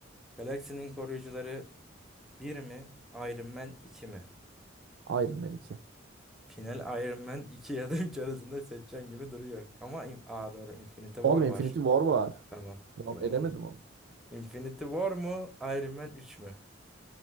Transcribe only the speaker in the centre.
Galaksinin Koruyucuları bir mi? Iron Man 2 mi?
Final Iron Man 2 ya da 3 arasında seçeceğin gibi duruyor. Ama in- Aa, doğru Infinity War
var.
Tamam.
Onu
unut.
Infinity War mu? Iron Man 3 mü?